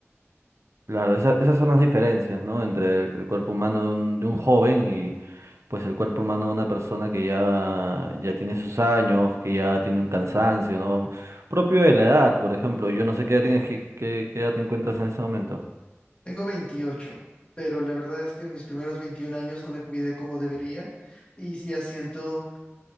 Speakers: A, on the right; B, on the left.
A: Claro, esa- esas son las diferencias, ¿no? Entre el, el cuerpo humano de un, de un joven pues el cuerpo humano de una persona que ya, ya tiene sus años, que ya tiene un cansancio, ¿no? Propio de la edad, por ejemplo. Yo no sé qué edad tienes, qué, qué- qué edad te encuentras en ese momento.
B: Tengo veintiocho, pero la verdad es que mis primeros 21 años no me cuidé como debería y ya siento